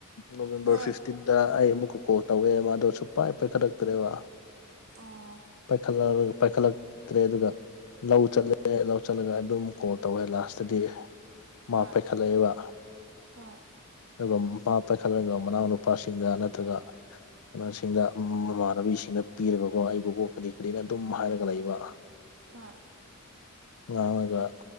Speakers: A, on the left; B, on the right.
A: ꯅꯣꯕꯦꯝꯕꯔ
B: ꯍꯣꯏ
A: ꯐꯤꯐꯇꯤꯟꯗ ꯑꯩ ꯑꯃꯨꯛꯀ ꯀꯣꯜ ꯇꯧꯋꯦ ꯃꯥꯗꯣ ꯁꯨꯡꯄꯥꯏ ꯄꯥꯏꯈꯠꯂꯛꯇ꯭ꯔꯦꯕ
B: ꯑꯣ
A: ꯥꯄꯥꯏꯈꯠꯂꯔꯣꯏ ꯄꯥꯏꯈꯠꯂꯛꯇ꯭ꯔꯦ ꯑꯗꯨꯒ ꯂꯧ ꯆꯠꯂꯦ ꯂꯧ ꯆꯠꯂꯒ ꯑꯗꯨꯝ ꯀꯣꯜ ꯇꯧꯋꯦ ꯂꯥꯁꯇꯗꯤ ꯃꯥ
B: ꯍꯣꯏ
A: ꯄꯥꯏꯈꯠꯂꯛꯑꯦꯕ
B: ꯍꯣꯏ
A: ꯑꯗꯨꯒ ꯃꯥ ꯄꯥꯏꯈꯠꯂꯒ ꯃꯅꯥꯎ ꯅꯨꯄꯥꯁꯤꯡꯗ ꯅꯠꯇ꯭ꯔꯒ ꯀꯩꯅꯣꯁꯤꯡꯗ ꯃꯃꯥꯟꯅꯕꯤꯁꯤꯡꯗ ꯄꯤꯔꯒꯀꯣ ꯑꯩꯕꯨꯀꯣ ꯀꯔꯤ ꯀꯔꯤꯔ ꯑꯗꯨꯝ ꯍꯥꯏꯔꯒ ꯂꯩꯕ
B: ꯍꯣꯏ
A: ꯉꯥꯡꯉꯒ